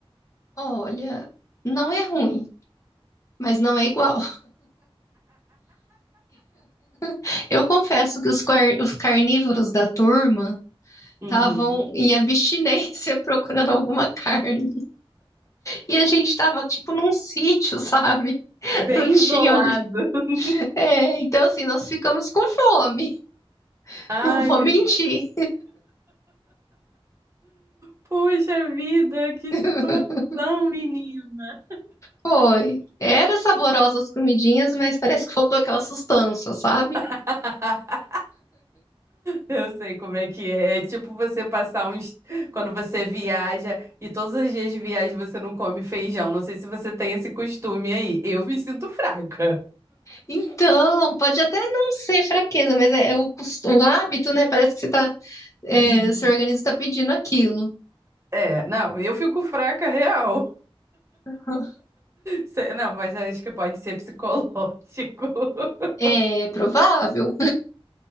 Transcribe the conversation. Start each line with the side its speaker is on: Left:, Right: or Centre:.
Left: Olha, não é ruim, mas não é igual. <laughs> Eu confesso que os, car- os carnívoros da turma
Right: Uhum.
Left: estavam em abstinência <laughs> procurando alguma carne. E a gente estava tipo num sítio, sabe? <laughs>
Right: Bem
Left: Não tinha
Right: isolado.
Left: onde. <laughs>
Right: <laughs>
Left: É, então, assim, nós ficamos com fome. <laughs>
Right: Ai,
Left: Não vou
Right: meu.
Left: mentir.
Right: Puxa vida, que situação,
Left: <laughs>
Right: menina.
Left: Foi. Era saborosa as comidinhas, mas parece que faltou aquela sustância, sabe?
Right: <laughs> Eu sei como é que é. É tipo você passar uns. Quando você viaja e todos os dias de viagem você não come feijão. Não sei se você tem esse costume aí. Eu me sinto fraca.
Left: Então, pode até não ser fraqueza, mas é, é o, cos- o hábito, né? Parece que você tá. é,
Right: <laughs>
Left: seu organismo está pedindo aquilo.
Right: É, não, eu fico fraca real.
Left: <laughs>
Right: Se- Não, mas acho que pode ser psicológico. <laughs>
Left: É provável.